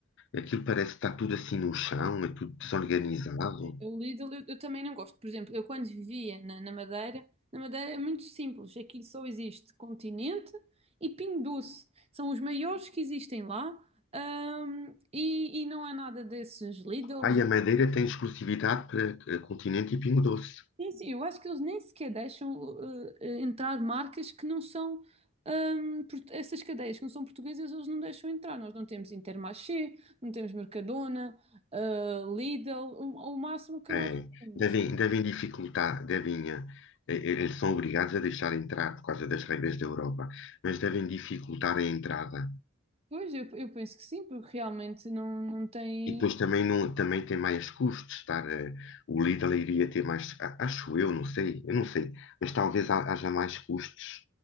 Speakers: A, on the left; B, on the right.
A: Aquilo parece que está tudo assim no chão, é tudo desorganizado.
B: O Lidl eu, eu também não gosto. Por exemplo, eu quando vivia na, na Madeira, na Madeira é muito simples. Aqui só existe Continente e Pingo Doce. São os maiores que existem lá. ahm, e, e não há nada desses Lidls.
A: Ah, e a Madeira tem exclusividade para eh, Continente e Pingo Doce.
B: Sim, sim, eu acho que eles nem sequer deixam uh, uh, entrar marcas que não são. ahm, port- essas cadeias que não são portuguesas, eles não deixam entrar. Nós não temos Intermarché, não temos Mercadona, ah, Lidl. O, o máximo que
A: É,
B: nós temos.
A: devem, devem dificultar, devem, eh, eh, eles são obrigados a deixar entrar por causa das regras da Europa, mas devem dificultar a entrada.
B: Pois, eu, eu penso que sim, porque realmente não, não tem
A: E depois também, não, também tem mais custos estar, eh, o Lidl iria ter mais, a- acho eu, não sei, eu não sei, mas talvez ha- haja mais custos